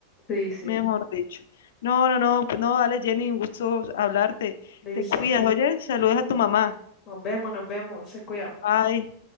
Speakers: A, on the left; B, on the left.
A: sí, sí.
B: mejor dicho. No, no, no, pues no, dale Jenny, un gusto hablarte.
A: Listo.
B: Te cuidas, oye, saludos a tu mamá.
A: Nos vemos, nos vemos. Se cuidan.
B: Bye.